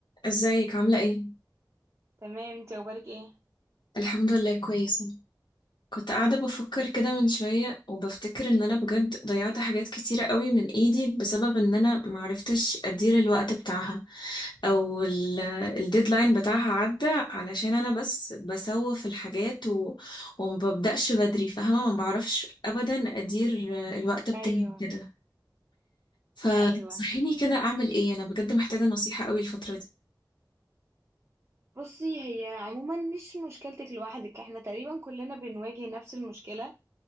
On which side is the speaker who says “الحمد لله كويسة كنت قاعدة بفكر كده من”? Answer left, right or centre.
Left